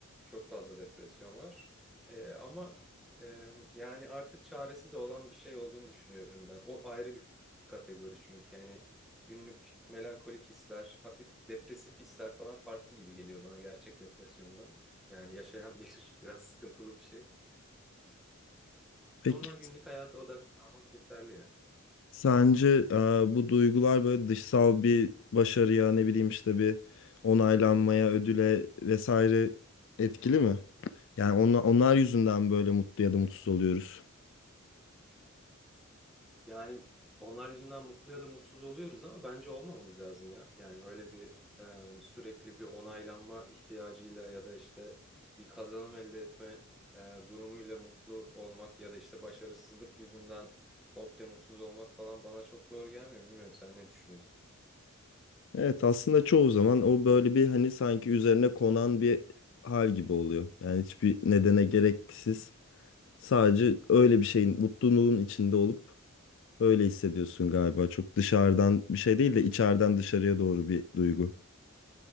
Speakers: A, in the centre; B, on the left.
A: Çok fazla depresyon var. Ee, ama e, yani artık çaresi de olan bir şey olduğunu düşünüyorum ben. O ayrı bir kategori çünkü yani günlük melankolik hisler, hafif depresif hisler falan farklı gibi geliyor bana gerçek depresyondan. Yani yaşayan bilir <laughs> biraz sıkıntılı bir şey.
B: peki.
A: Normal günlük hayata odaklanmak yeterli ya.
B: Sence e, bu duygular böyle dışsal bir başarıya ne bileyim işte bir onaylanmaya, ödüle vesaire etkili mi? Yani onla- onlar yüzünden böyle mutlu ya da mutsuz oluyoruz.
A: Yani onlar yüzünden mutlu ya da mutsuz oluyoruz ama bence olmamamız lazım ya. Yani öyle bir e, sürekli bir onaylanma ihtiyacıyla ya da işte bir kazanım elde etme e, durumuyla mutlu olmak ya da işte başarısızlık yüzünden komple mutsuz olmak falan bana çok doğru gelmiyor. Bilmiyorum sen ne düşünüyorsun?
B: Evet aslında çoğu zaman o böyle bir hani sanki üzerine konan bir hal gibi oluyor. Yani hiçbir nedene gereksiz sadece öyle bir şeyin mutluluğun içinde olup öyle hissediyorsun galiba. Çok dışarıdan bir şey değil de içeriden dışarıya doğru bir duygu.